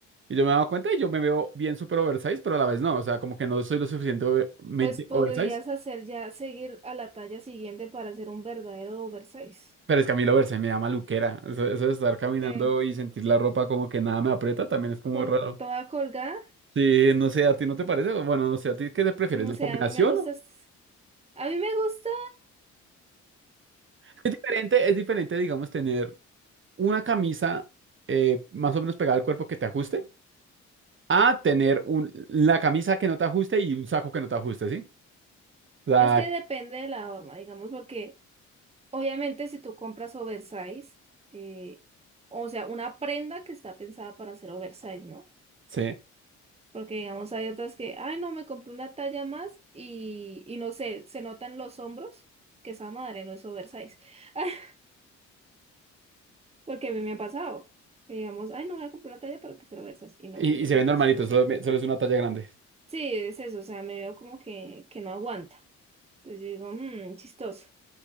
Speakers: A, on the right; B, on the right.
A: Y yo me he dado cuenta y yo me veo bien súper oversize, pero a la vez no. O sea, como que no soy lo suficientemente
B: Pues podrías
A: oversize.
B: hacer ya seguir a la talla siguiente para ser un verdadero oversize.
A: Pero es que a mí lo oversize me da maluquera. Eso, eso de estar caminando
B: Porque
A: y sentir la ropa como que nada me aprieta también es como
B: col
A: raro.
B: toda colgada,
A: Sí, no sé, ¿a ti no te parece? Bueno, no sé, ¿a ti qué te prefieres?
B: no
A: ¿La
B: sé,
A: combinación?
B: a mí me gusta,
A: o-
B: es- a mí me gusta
A: Es diferente, es diferente, digamos, tener una camisa eh, más o menos pegada al cuerpo que te ajuste, a tener un, la camisa que no te ajuste y un saco que no te ajuste, ¿sí? O sea,
B: Es que depende de la forma, digamos, porque obviamente si tú compras oversize, eh, o sea, una prenda que está pensada para hacer oversize, ¿no?
A: sí.
B: Porque digamos, hay otras que, ay, no, me compré una talla más y, y no sé, se notan los hombros, que esa madre no es oversize. <laughs> Porque a mí me ha pasado. que Digamos, ay, no voy a comprar una talla para que sea oversize. Y no,
A: Y,
B: y los
A: y se ve
B: hombros,
A: normalito,
B: los.
A: solo, me- solo es una talla grande.
B: Sí, es eso, o sea, me veo como que, que no aguanta. Entonces yo digo, mmm, chistoso.